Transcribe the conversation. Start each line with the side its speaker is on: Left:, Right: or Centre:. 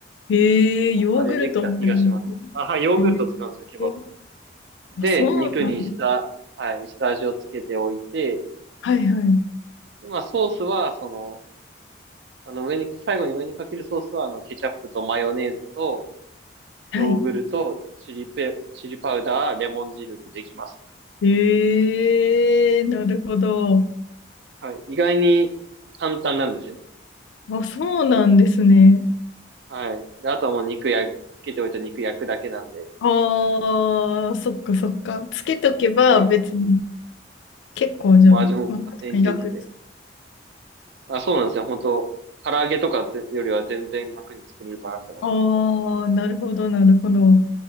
Left: えー、
Right: とかでできた気がします。
Left: ヨーグルトもあるんです
Right: あ、はい、ヨーグルト使うんですよ、
Left: ね。
Right: ケバブって。
Left: えー、
Right: で、
Left: あそうなんだ。
Right: 肉にした、はい、下味をつけておいて、
Left: はいはい。
Right: でまあ、ソースは、その、あの、上に、最後に上にかけるソースは、あの、ケチャップとマヨネーズと、
Left: はい。
Right: ヨーグルト、チリペ、チリパウダー、レモン汁でできます。
Left: えー、なるほど。
Right: はい。意外に簡単なんですよ。
Left: あ、そうなんですね。
Right: はい。で、あとはもう肉や、つけておいた肉焼くだけなんで、
Left: ああ、そっかそっか。つけとけば別に
Right: はい。
Left: 結構じゃあ、
Right: もう味も勝手についてて。
Left: まあ、確かに楽です。
Right: あ、そうなんですよ。本当唐揚げとかぜよりは全然楽に作れるかなって思いますね。
Left: ああ、なるほど、なるほど。